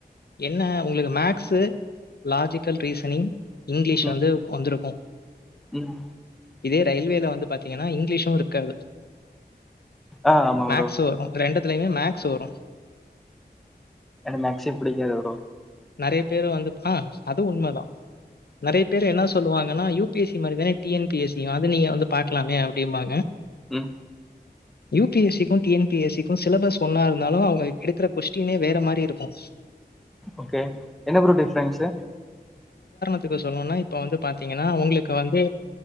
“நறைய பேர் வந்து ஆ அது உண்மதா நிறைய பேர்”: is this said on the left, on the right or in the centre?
Left